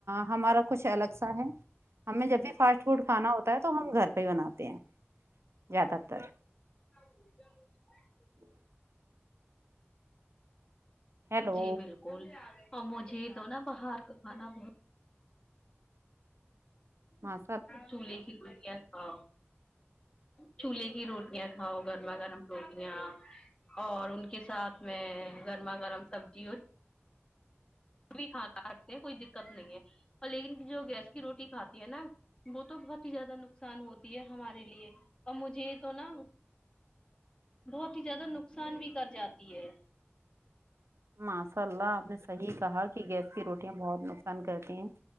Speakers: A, on the right; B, on the left.
A: ہمارا کچھ الگ سا ہے ہمیں جب بھی فاسٹ فوڈ کھانا ہوتا ہوتا ہے تو ہم گھر پے ہی بناتے ہیں زیادہ تر
B: <unintelligible>
A: ہ ہیلو
B: جی بالکل اور مجھے تو نا باہر کا کھانا بہت
A: ہاں
B: چولہے کی رٹیاں تھا چولہے کی روٹیاں تھا وہ گرما گرم روٹیاں اور ان کے ساتھ میں گرما گرم سبزیوں بھی کھا کا رکھتے ہیں کوئی دقت نہیں ہے اور لیکن جو گیس کی روٹی کھاتی ہے نا وہ تو بہت ہی زیادہ نقصان ہوتی ہے ہمارے لیے اور مجھے یہ تو نا بہت ہی زیادہ نقصان بھی کر جاتی ہے
A: ماشاء اللہ آپ نے صحیح کہا کہ گیس کی روٹیاں بہت نقصان کرتی ہیں